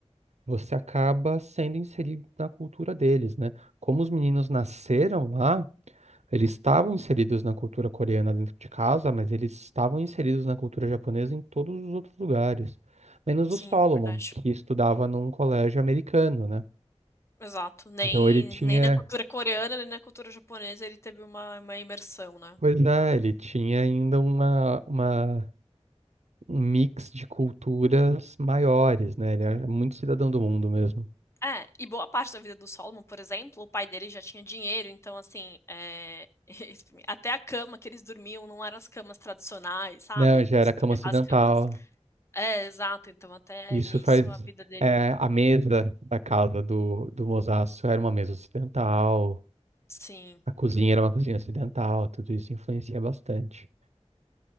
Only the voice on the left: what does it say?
Sim,
verdade.
Exato. Nem,
nem na cultura coreana, nem na cultura japonesa ele teve uma, uma imersão, né?
É, e boa parte da vida do Solomon, por exemplo, o pai dele já tinha dinheiro, então, assim, é, <laughs> isso pra mim, até a cama que eles dormiam não eram as camas tradicionais, sabe?
Eles
dormiam
aquelas camas. É, exato, então, até
nisso
a vida dele,
sim,